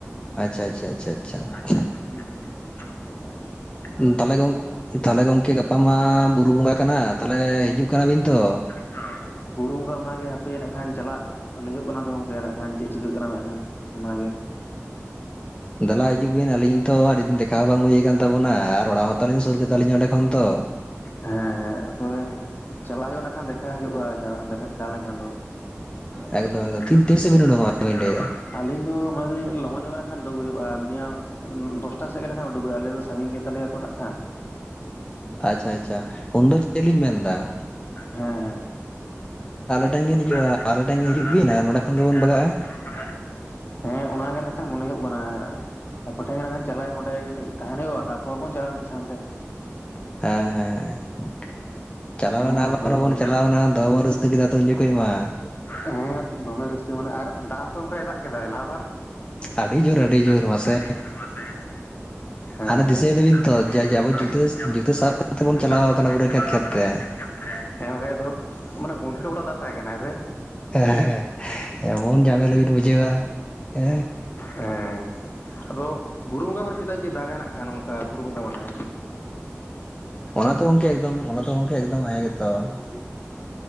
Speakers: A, on the left; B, on the left.
A: ᱟᱪᱪᱷᱟ ᱟᱪᱪᱷᱟ ᱟᱪᱪᱷᱟ ᱟᱪᱪᱷᱟ
B: <unintelligible>
A: ᱾ ᱛᱟᱦᱚᱞᱮ ᱜᱚᱝ ᱛᱟᱦᱚᱞᱮ ᱜᱚᱝᱠᱮ ᱜᱟᱯᱟ ᱢᱟ ᱵᱩᱨᱩ ᱵᱚᱸᱜᱟ ᱠᱟᱱᱟ ᱛᱟᱦᱚᱞᱮ ᱦᱤᱡᱩᱜ ᱠᱟᱱᱟ ᱵᱤᱱ ᱛᱚ?
B: ᱚ ᱵᱩᱨᱩ ᱵᱚᱸᱜᱟ ᱚᱱᱟᱜᱮ ᱦᱟᱯᱮ ᱤᱱᱟᱹ ᱠᱷᱟᱱ ᱪᱟᱞᱟᱜᱼᱼ ᱞᱟᱹᱭ ᱦᱩᱭᱩᱜ ᱠᱟᱱᱟ ᱛᱚ ᱜᱚᱝᱠᱮ ᱤᱱᱟᱹ ᱠᱷᱟᱱ ᱪᱮᱫ ᱪᱤᱠᱟᱹᱜ ᱠᱟᱱᱟ ᱱᱟᱜ ᱠᱷᱟᱱ ᱚᱱᱟᱜᱮᱼᱼ
A: ᱫᱮᱞᱟ ᱦᱤᱡᱩᱜ ᱵᱤᱱ ᱟᱹᱞᱤᱧ ᱛᱚ ᱟᱹᱰᱤ ᱫᱤᱱ ᱫᱮᱠᱷᱟᱣ ᱵᱟᱝ ᱦᱩᱭ ᱠᱟᱱᱼᱼ ᱛᱟᱵᱚᱱᱟ ᱟᱨ ᱚᱲᱟᱜ ᱦᱚᱸ ᱛᱟᱞᱤᱧ ᱥᱩᱨ ᱜᱮ ᱛᱟᱞᱤᱧᱟ ᱚᱰᱮ ᱠᱷᱚᱱ ᱫᱚ ᱾
B: ᱦᱮᱸ ᱦᱮᱸ ᱛᱚᱵᱮ ᱪᱟᱞᱟᱜ ᱦᱩᱭᱩᱜᱼᱟ ᱤᱱᱟᱹ ᱠᱷᱟᱱ ᱫᱮᱷᱟ ᱦᱩᱭᱩᱜᱼᱟ, ᱡᱟ ᱫᱮᱠᱷᱟᱡᱼᱼ ᱪᱟ ᱞᱮᱱᱠᱷᱟᱱ ᱫᱚ,
A: ᱮᱠᱫᱚᱢ ᱮᱠᱫᱚᱢ
B: ᱮᱠᱫᱚᱢ
A: ᱛᱤᱱ ᱛᱤᱱ ᱥᱮᱫ ᱵᱤᱱ ᱩᱰᱩᱝᱚᱜᱼᱟ
B: ᱮᱠᱫᱚᱢ
A: ᱵᱤᱱ ᱞᱟᱹᱭ ᱮᱫᱟ
B: <unintelligible> ᱟᱹᱞᱤᱧ ᱫᱚ ᱢᱚᱱᱮ ᱮᱫᱟᱤᱧ ᱞᱚᱜᱚᱱ ᱡᱚᱜᱟᱣ ᱞᱮᱠᱷᱟᱱ ᱩᱰᱩᱠ ᱦᱩᱭᱩᱜᱼᱟ, ᱢᱤᱱᱤᱢᱟᱢ ᱫᱚᱥᱴᱟ ᱥᱮᱫ ᱜᱮ ᱠᱷᱟᱱ ᱩᱰᱩᱚᱜ ᱦᱩᱭᱩᱜᱼᱟ ᱟᱞᱮ ᱫᱚ ᱥᱟᱺᱜᱤᱧ ᱜᱮᱼᱼ ᱛᱟᱞᱮᱭᱟ ᱛᱚ ᱱᱟᱜ ᱠᱷᱟᱱᱼᱼ
A: ᱟᱪᱪᱷᱟ ᱟᱪᱪᱷᱟ ᱩᱱᱫᱚ ᱪᱮᱫ ᱞᱤᱧ ᱢᱮᱱᱫᱟ ᱾
B: ᱦᱮᱸ ᱦᱮᱸ᱾
A: ᱴᱷᱮᱱ ᱜᱮ ᱦᱤᱡᱩᱜᱼᱟ
B: <unintelligible> ᱱᱚᱰᱮ ᱠᱷᱚᱱ
A: ᱟᱞᱮ ᱴᱷᱮᱱ ᱜᱮ ᱦᱤᱡᱩᱜ ᱵᱤᱱ ᱟᱨ ᱱᱚᱸᱰᱮ ᱠᱷᱚᱱ ᱜᱮᱵᱚᱱ ᱵᱟᱜᱟᱜᱼᱟ
B: ᱵᱤᱱ ᱵᱟᱜᱟᱜᱼᱟ ᱾ ᱦᱮᱸ ᱚᱱᱟᱜᱮ ᱱᱟᱜ ᱠᱷᱟᱱ ᱢᱚᱱᱮ ᱦᱩᱭᱩᱜ ᱠᱟᱱᱟ ᱾ ᱟᱯᱮ ᱴᱷᱮᱱ ᱠᱷᱟᱱ ᱪᱟᱞᱟᱜ ᱦᱩᱭᱩᱜᱼᱟ ᱚᱸᱰᱮ ᱠᱟᱹᱴᱤᱡ ᱛᱟᱦᱮᱱ ᱦᱩᱭᱩᱜᱼᱟ ᱛᱟᱯᱚᱨ ᱵᱚᱱ ᱪᱟᱞᱟᱜᱼᱟ ᱢᱤᱫ ᱥᱟᱶᱛᱮ ᱾
A: ᱦᱮᱸ ᱦᱮᱸ ᱾ ᱪᱟᱞᱟᱣᱱᱟ
B: ᱚᱱᱟᱜᱮ ᱱᱟᱯᱟᱭᱚᱜᱼᱟ
A: ᱟᱵᱟᱨ ᱵᱚᱱ ᱪᱟᱞᱟᱣᱱᱟ ᱫᱚᱢᱮ ᱵᱚᱱ ᱨᱟᱹᱥᱠᱟᱹ ᱠᱮᱫᱟ ᱛᱚ ᱩᱱ ᱡᱚᱠᱷᱚᱡ ᱢᱟ ᱾
B: ᱦᱮᱸ ᱫᱚᱢᱮ ᱨᱟᱹᱥᱠᱟᱹ ᱢᱟᱱᱮ ᱟᱨ ᱫᱟᱜ ᱦᱚᱸᱛᱚ ᱚᱱᱠᱟᱭ ᱫᱟᱜ ᱠᱮᱫᱟᱭ ᱞᱟᱦᱟ ᱵᱟᱨ
A: ᱟᱹᱰᱤ
B: ᱾
A: ᱡᱳᱨ ᱟᱹᱰᱤ ᱡᱳᱨ
B: ᱟᱫᱚ
A: ᱢᱟᱥᱮ
B: ᱡ ᱟᱫᱚᱤᱫ ᱢᱟᱥᱮ <unintelligible>
A: ᱦᱟᱱᱮ ᱫᱤᱥᱟᱹᱭ ᱫᱟᱵᱤᱱ ᱛᱚ ᱡᱮ ᱡᱮ ᱟᱵᱚ ᱡᱩᱛᱟᱹ ᱡᱩᱛᱟᱹ ᱥᱟᱵ
B: ᱦᱮᱸ
A: ᱠᱟᱛᱮ
B: <unintelligible> ᱾
A: ᱵᱚᱱ
B: ᱪᱟᱞᱟᱣ
A: ᱟᱠᱟᱱᱟ ᱯᱩᱨᱟᱹ ᱠᱷᱮᱛ ᱠᱷᱮᱛ
B: ᱠᱟᱱᱟ
A: ᱛᱮ
B: ᱵᱚᱱ ᱦᱮ ᱵᱟᱠᱷᱟᱡ ᱫᱚ ᱢᱟᱱᱮ ᱜᱚᱱᱴᱷᱮᱲ ᱠᱚ ᱛᱮ ᱫᱟᱜ ᱛᱟᱦᱮᱸ ᱠᱟᱱᱟ ᱦᱮᱸᱥᱮ?
A: ᱦᱮᱸ ᱮᱢᱚᱱ ᱡᱷᱟᱢᱮᱞᱟ ᱵᱤᱱ ᱵᱩᱡᱷᱟᱹᱣᱟ ᱦᱮᱸ ᱾
B: ᱦᱮᱸ ᱟᱫᱚ ᱵᱩᱨᱩ ᱵᱚᱸᱜᱟ ᱢᱟᱱᱮ, ᱪᱮᱫᱟᱜ ᱡᱮ ᱫᱟᱜᱟᱭ ᱱᱟᱜ ᱠᱷᱟᱱ ᱱᱚᱝᱠᱟ ᱵᱩᱨᱩ ᱵᱚᱸᱜᱟ ᱢᱟᱱᱮ ᱦᱮᱸ
A: ᱚᱱᱟ ᱛᱚ ᱜᱚᱝᱠᱮ
B: ᱾
A: ᱮᱠᱫᱚᱢ ᱚᱱᱟ ᱛᱚ ᱜᱚᱢᱠᱮ ᱮᱠᱫᱚᱢ ᱦᱮᱸ ᱮᱠᱫᱚᱢ ᱾